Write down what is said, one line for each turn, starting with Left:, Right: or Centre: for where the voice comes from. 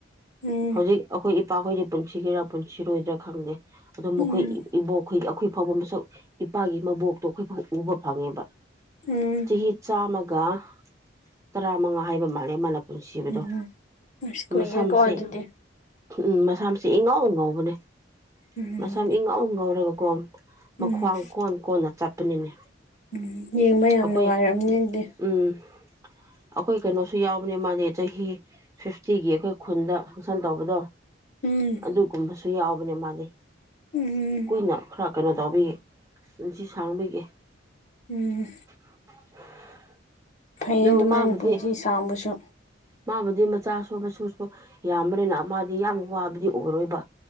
Left: ꯎꯝ
Right: ꯍꯧꯖꯤꯛ ꯑꯩꯈꯣꯏ ꯏꯄ__ ꯏꯄꯥꯈꯣꯏꯗꯤ ꯄꯨꯟꯁꯤꯒꯦꯔꯥ ꯄꯨꯟꯁꯤꯔꯣꯏꯗ꯭ꯔꯥ ꯈꯪꯗꯦ ꯑꯗꯣ
Left: ꯎꯝ
Right: ꯃꯈꯣꯏ ꯏ ꯏꯕꯣꯛ ꯑꯩꯈꯣꯏꯒꯤ ꯑꯩꯈꯣꯏ ꯐꯥꯎꯕ ꯃꯁꯛ ꯏꯄꯥꯒꯤ ꯃꯕꯣꯛꯇꯣ ꯑꯩꯈꯣꯏ ꯐꯥꯎ ꯎꯕ ꯐꯪꯉꯦꯕ
Left: ꯎꯝ
Right: ꯆꯍꯤ ꯆꯥꯝꯃꯒ ꯇꯔꯥꯃꯉꯥ ꯍꯥꯏꯕ ꯃꯥꯜꯂꯦ ꯃꯥꯅ__ ꯄꯨꯟꯁꯤꯕꯗꯣ
Left: ꯎꯝ ꯑꯁ ꯀꯨꯏꯔꯦꯀꯣ
Right: ꯃꯁꯝꯁꯦ
Left: ꯑꯗꯨꯗꯤ
Right: ꯎꯝ ꯃꯁꯝꯁꯦ ꯏꯪꯉꯧ ꯉꯧꯕꯅꯦ
Left: ꯎꯝ
Right: ꯃꯁꯝ ꯏꯉꯧ ꯉꯧꯔꯒꯀꯣ
Left: ꯎꯝ
Right: ꯃꯈ꯭ꯋꯥꯡ ꯀꯣꯟ ꯀꯣꯟꯅ ꯆꯠꯄꯅꯤꯅꯦ
Left: ꯎꯝ ꯌꯦꯡꯕ ꯌꯥꯝ
Right: ꯑꯩꯈꯣꯏ
Left: ꯅꯨꯡꯉꯥꯏꯔꯝꯅꯤ ꯑꯗꯨꯗꯤ
Right: ꯎꯝ ꯑꯩꯈꯣꯏ ꯀꯩꯅꯣꯁꯨ ꯌꯥꯎꯕꯅꯦ ꯃꯥꯗꯤ ꯆꯍꯤ ꯐꯤꯐꯇꯤꯒꯤ ꯑꯩꯈꯣꯏ ꯈꯨꯟꯗ ꯐꯪꯁꯟ ꯇꯧꯕꯗꯣ
Left: ꯎꯝ
Right: ꯑꯗꯨꯒꯨꯝꯕꯁꯨ ꯌꯥꯎꯕꯅꯦ ꯃꯥꯗꯤ
Left: ꯎꯝ
Right: ꯀꯨꯏꯅ ꯈꯔ ꯀꯩꯅꯣ ꯇꯧꯕꯒꯤ ꯄꯨꯟꯁꯤ ꯁꯥꯡꯕꯒꯤ
Left: ꯎꯝ
Right: <inaudible>
Left: ꯐꯩꯌꯦ
Right: ꯑꯗꯨꯒ
Left: ꯑꯗꯨꯃꯥꯏꯅ
Right: ꯃꯥꯕꯨꯗꯤ
Left: ꯄꯨꯟꯁꯤ ꯁꯥꯡꯕꯁꯨ
Right: ꯃꯥꯕꯨꯗꯤ ꯃꯆꯥꯁꯨ ꯃꯁꯨꯁꯨ ꯌꯥꯝꯕꯅꯤꯅ ꯃꯥꯗꯤ ꯌꯥꯝ ꯋꯥꯕꯗꯤ ꯑꯣꯏꯔꯣꯏꯕ